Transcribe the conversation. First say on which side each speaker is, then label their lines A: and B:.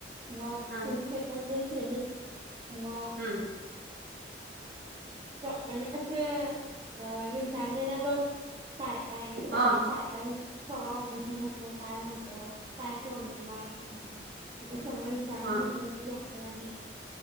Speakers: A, on the right (about 25°); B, on the right (about 55°).
A: म्हण
B: हा
A: म्ह म्हण मा
B: हम्म
A: <unintelligible> <inaudible> आणि असं अ विचारजला बघ काय काय सगळं
B: हा
A: काय सग ओपिनियन काय नव्हतं काय प्रॉब्लेम आहे असं तसं सगळं सांगितलं
B: हा
A: त्या डॉक्टरांनी